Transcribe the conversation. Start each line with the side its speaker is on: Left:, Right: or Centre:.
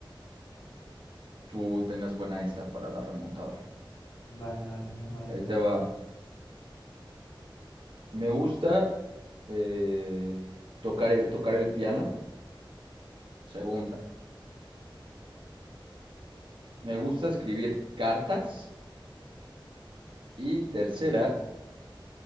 Right: tú tengas buena esta para la remontada.
Left: Vale, vale, vamos a ver.
Right: Ahí te va. Me gusta eh, tocar el, tocar el piano. Segunda. Me gusta escribir cartas. Y tercera.